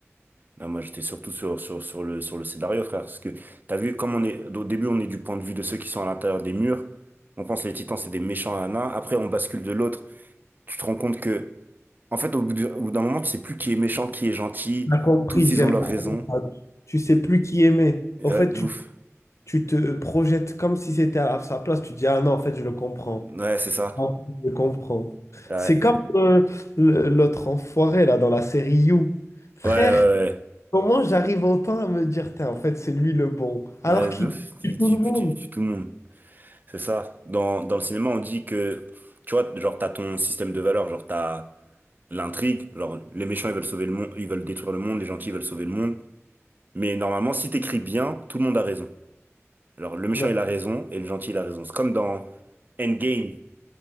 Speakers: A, on the right; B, on the left.
A: Non, moi, j'étais surtout sur, sur, sur le, sur le scénario, frère. Parce que t'as vu, comme on est, au début, on est du point de vue de ceux qui sont à l'intérieur des murs. On pense les titans, c'est des méchants, nains. Après, on bascule de l'autre. Tu te rends compte que, en fait, au bout du- au bout d'un moment, tu sais plus qui est méchant, qui est gentil.
B: T'as compris,
A: Tous,
B: j'aime
A: ils ont leurs
B: trop.
A: raisons.
B: Tu sais plus qui aimer.
A: Ouais,
B: En fait,
A: de
B: tu,
A: ouf.
B: tu te projettes comme si c'était à sa place. Tu dis, ah non, en fait, je le comprends.
A: Ouais, c'est ça.
B: En fait, je le comprends.
A: Ouais.
B: C'est comme euh, le- l'autre enfoiré, là, dans la série You. Frère,
A: Ouais, ouais, ouais.
B: Comment j'arrive autant à me dire, Tain, en fait, c'est lui le bon, alors
A: Ouais,
B: qu'il
A: de ouf, tu,
B: tue tout
A: tu,
B: le monde.
A: tu- tu- tout le monde. C'est ça. Dans, dans le cinéma, on dit que, tu vois, genre, t'as ton système de valeurs, genre, t'as l'intrigue, genre, les méchants, ils veulent sauver le monde, ils veulent détruire le monde, les gentils, ils veulent sauver le monde. Mais normalement, si t'écris bien, tout le monde a raison. Genre, le méchant,
B: Ouais,
A: il a raison, et le gentil, il a raison. C'est comme dans Endgame,